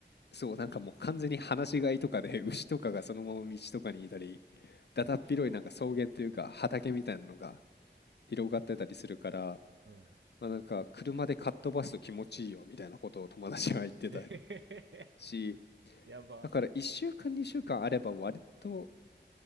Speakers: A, on the left (about 65°); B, on the right (about 80°).
A: そう、なんかもう完全に放し飼いとかで、<laughs> 牛とかがそのまま道とかにいたり、だだっ広いなんか草原というか畑みたいなのが
B: 面白。
A: 広がってたりするから、
B: うん。
A: まあ、なんか車でかっ飛ばすと気持ちいいよみたいなことを友達は言ってた
B: <laughs> えへへへ。
A: し、
B: やば。
A: だから1週間、2週間あれば割と